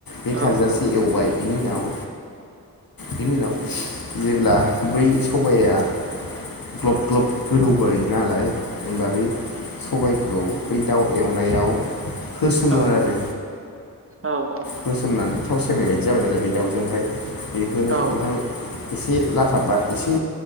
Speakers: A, on the left; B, on the right.
A: बे
B: औ
A: थाजासे एवबाय बेनि उनाव बेनि उनाव जेब्ला बै सबाया ग्लब ग्लब गोदौबाय नालाय होमबा बै सबायखौ बै दाउ एवनायाव होसनो
B: औ
A: आरो
B: औ औ
A: होसोमनानै थाव सेरनाय बायदि जाबाय नालाय बे दाउजों ओमफ्राय बेखौनो
B: औ
A: थाव एसे लाथाबबा एसे